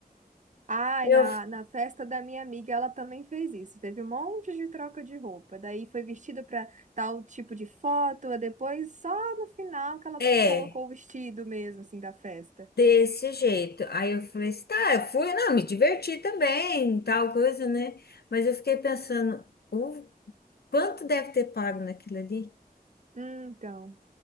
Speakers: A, on the right (about 50°); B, on the left (about 80°).
A: Ai,
B: Eu,
A: na,
B: f-
A: na festa da minha amiga, ela também fez isso. Teve um monte de troca de roupa. Daí foi vestida para tal tipo de foto, e depois só no final que ela
B: é,
A: colocou o vestido mesmo, assim, da festa.
B: desse jeito. Aí eu falei assim, tá, eu fui, não, me diverti também, tal coisa, né? Mas eu fiquei pensando, o quanto deve ter pago naquilo ali?
A: Hum, então.